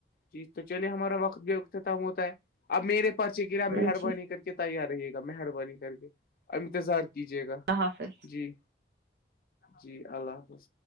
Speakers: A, on the left (about 55°); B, on the right (about 65°).
A: جی تو چلیے ہمارا وقت بھی و ختم ہوتا ہے اب میرے پرچے گا
B: جی
A: مہربانی کر کے کہ تیار رہے گا مہربانی کر کے انتظار کیجیے گا
B: اللہ حافظ
A: جی جی اللہ حافظ